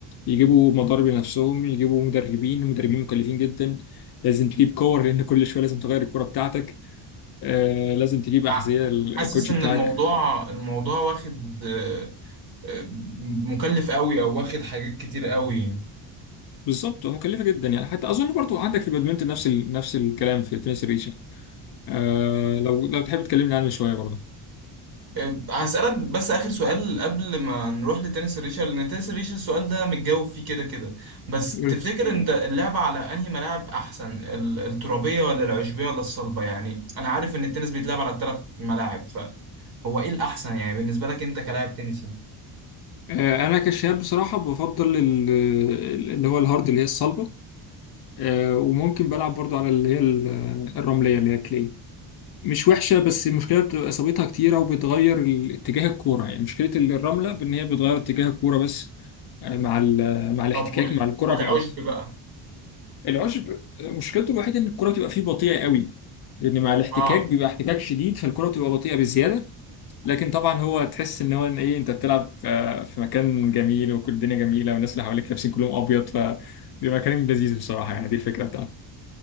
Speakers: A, on the left; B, on the right.
A: يجيبوا مضارب لنفسهم يجيبوا مدربين مدربين مكلفين جدا لازم تجيب كور لان كل شويه لازم تغير الكوره بتاعتك آه لازم تجيب احذيه
B: ع-
A: الكوتش
B: حاسس ان
A: بتاعك
B: الموضوع الموضوع واخد آه، آه، مكلف قوي او واخد حاجات كتير قوي يعني
A: بالظبط مكلفه جدا يعني حتى اظن برضو عندك في البادمنتون نفس ال... نفس الكلام في التنس الريشه آه لو لو تحب تكلمني عنه شويه برضو
B: أه، هسألك بس آخر سؤال قبل ما نروح لتنس الريشة لأن تنس الريشة السؤال ده متجاوب فيه كده كده بس
A: قول.
B: تفتكر مم. أنت اللعبة على أنهي ملاعب أحسن ال- الترابية ولا العشبية ولا الصلبة يعني أنا عارف إن التنس بيتلعب على الثلاث ملاعب فهو إيه الأحسن يعني بالنسبة لك أنت كلاعب تنسي
A: آه، انا كشاب بصراحه بفضل ال- اللي هو الهارد اللي هي الصلبه آه، وممكن بلعب برضو على اللي هي ال- آه، الرملية اللي هي كلي مش وحشة بس المشكلة بتبقى إصابتها كتيرة وبتغير ال- اتجاه الكورة يعني مشكلة ال- الرملة بإن هي بتغير اتجاه الكورة بس آه، مع ال- آه، مع الاحتكاك
B: طب وال...
A: مع الكرة
B: والعشب
A: في الأرض
B: بقى
A: العشب آه، مشكلته الوحيدة إن الكرة بتبقى فيه بطيئة قوي لأن مع الاحتكاك
B: اه
A: بيبقى احتكاك شديد فالكرة بتبقى بطيئة بزيادة لكن طبعا هو تحس إن هو إن إيه أنت بتلعب آه، في مكان جميل وكل الدنيا جميلة والناس اللي حواليك لابسين كلهم أبيض فبيبقى كلام لذيذ بصراحة يعني دي الفكرة بتاعته